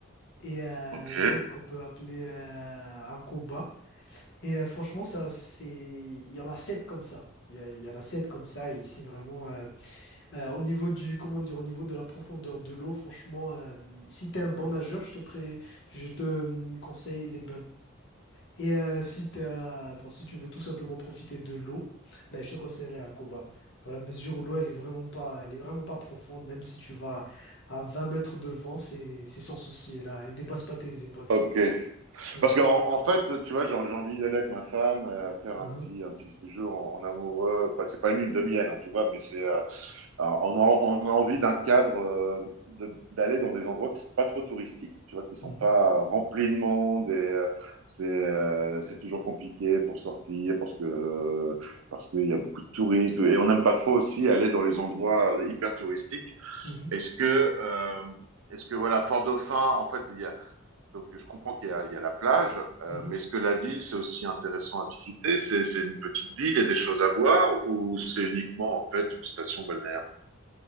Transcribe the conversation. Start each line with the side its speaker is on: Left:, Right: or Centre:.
Left: et euh,
Right: ok,
Left: une autre qu'on peut appeler euh, Ankoba. Et euh, franchement, ça, c'est... il y en a sept comme ça. Il y, a- il y en a sept comme ça et c'est vraiment euh, euh, au niveau du comment dire au niveau de la profondeur de l'eau franchement euh, si t'es un bon nageur je te pré- je te euh, conseille les Et euh, si t'as- bon, si tu veux tout simplement profiter de l'eau, ben, je te conseillerais un combat. Dans la mesure où l'eau, elle est vraiment pas, elle est vraiment pas profonde, même si tu vas à 20 mètres de vent, c'est c'est sans souci. Elle, a- elle dépasse pas tes épaules.
Right: ok.
Left: Ouais.
Right: Parce qu'en en fait, tu vois, j'ai j'ai envie d'aller avec ma femme, euh, faire un
Left: Hein,
Right: petit, un petit séjour en, en amoureux. Pas- C'est pas une lune de miel, hein, tu vois, mais c'est, euh, on, a, on a envie d'un cadre, euh, de- d'aller dans des endroits qui sont pas trop touristiques, tu vois, qui sont
Left: hein,
Right: pas euh, remplis de monde et euh, c'est, euh, c'est toujours compliqué pour sortir parce que, euh, parce qu'il y a beaucoup de touristes et on n'aime pas trop aussi aller dans les endroits euh, hyper touristiques.
Left: mhm,
Right: Est-ce que, euh, est-ce que voilà, Fort-Dauphin, en fait, il y a donc, je comprends qu'il y, a- il y a la plage,
Left: mhm,
Right: euh, mais
Left: mhm.
Right: est-ce que la ville, c'est aussi intéressant à visiter? C'est, c'est une petite ville, il y a des choses à voir, ou c'est uniquement, en fait, une station balnéaire?